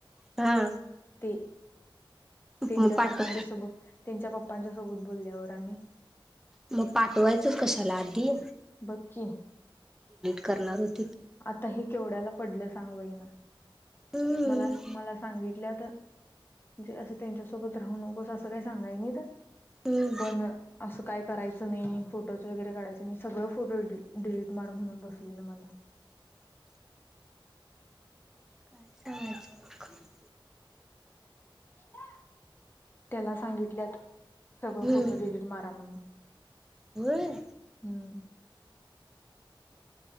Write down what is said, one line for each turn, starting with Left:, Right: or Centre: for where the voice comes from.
Centre: हा.
Left: तेंच्या
Centre: मग पाठव
Left: पप्पांच्या सुब तेंच्या पप्पा पप्पांच्यासोबत बोलल्यावर आम्ही
Centre: मग पाठवायचंच कशाला आद्दी
Left: बघ की
Centre: करणार होत
Left: आता हे केवड्याला पडलं सांग बाईंना
Centre: हम्म
Left: मला मला सांगितल्यात म्हणजे अस त्यांच्यासोबत राहू नको अस काही सांगाय नाहीत
Centre: हम्म
Left: पण अस काय करायचं नाही फोटोज वगैरे काढायच नाही सगळं फोटो डि डिलीट मार म्हणून बसलेलं मला
Centre: <unintelligible> काय सांगायचं घरी
Left: मयऱ्या त्याला सांगितल्यात सगळं
Centre: हम्म
Left: फोटो डिलीट मारा म्हणून
Centre: होय?
Left: हम्म